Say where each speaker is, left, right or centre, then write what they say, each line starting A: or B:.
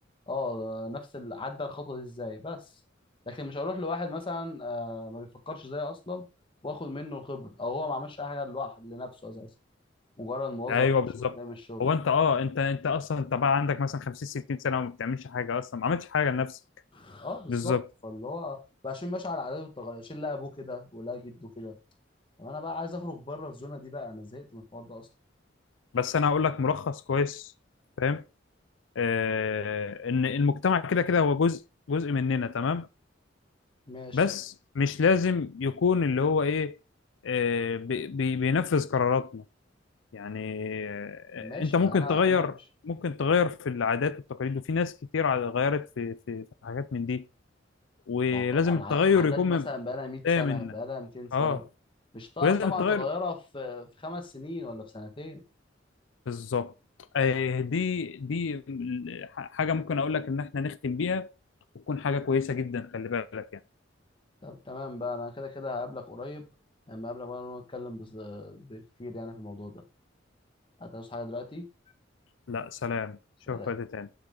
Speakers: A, on the left; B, on the left.
A: اه نفس اللي عدى الخطوه دي ازاي بس لكن مش هروح لواحد مثلا آه، ما بيفكرش زيي اصلا واخد منه الخبره او هو ما عملش اي حاجه لوحده لنفسه اساسا مجرد موظف
B: ايوه
A: عن
B: بالظبط
A: الشغل جاي من الشغل
B: هو انت اه انت انت اصلا انت بقى عندك مثلا 50 60 سنة وما بتعملش حاجة اصلا ما عملتش حاجة لنفسك
A: اه بالظبط
B: بالظبط
A: فاللي هو بقى عشان ماشي على عاداته والتقاليد عشان لا ابوه كده ولا جده كده طب انا بقى عايز اخرج بره الزونه دي بقى انا زهقت من الحوار ده اصلا
B: بس انا هقول لك ملخص كويس فاهم آه ان المجتمع كده كده هو جزء جزء مننا تمام
A: ماشي
B: بس مش لازم يكون اللي هو ايه آه، بي- بي- بينفذ قراراتنا يعني آه،
A: ماشي
B: انت ممكن
A: انا
B: تغير
A: انا مش
B: ممكن تغير في العادات والتقاليد وفي ناس كتير ع- غيرت في في في حاجات من دي ولازم
A: ما هو طبعا
B: التغير
A: ع- عادات
B: يكون
A: مثلا
B: من
A: بقى لها 100
B: بداية
A: سنه
B: منك
A: بقى لها 200 سنه
B: اه
A: مش هتعرف
B: ولازم
A: طبعا
B: التغير
A: تغيرها في في خمس سنين ولا في سنتين
B: بالظبط آه، دي دي ال- ح- حاجة ممكن اقول لك ان احنا نختم بيها وتكون حاجة كويسة جدا خلي بالك يعني
A: طب تمام بقى انا كده كده هقابلك قريب لما اقابلك بقى نتكلم بس- بكتير يعني في الموضوع ده هتعوز حاجة دلوقتي
B: لا سلام
A: سلام
B: شكرا